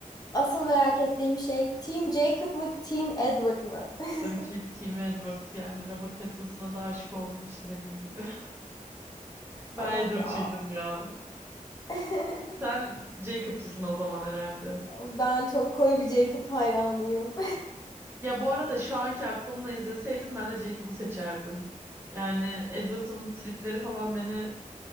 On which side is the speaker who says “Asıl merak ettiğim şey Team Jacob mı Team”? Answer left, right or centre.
Left